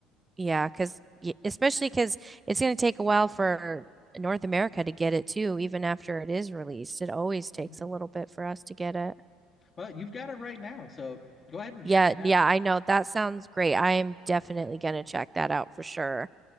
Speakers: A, on the right (about 20°); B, on the left (about 35°).
A: yeah, cause especially because it's gonna take a while for North America to get it too, even after it is released. It always takes
B: Mhm.
A: a little bit for us to get it.
B: Well, you've got it right now, so go ahead and
A: Yeah,
B: check it out.
A: yeah, I know. That sounds great. I am definitely gonna check that out for sure.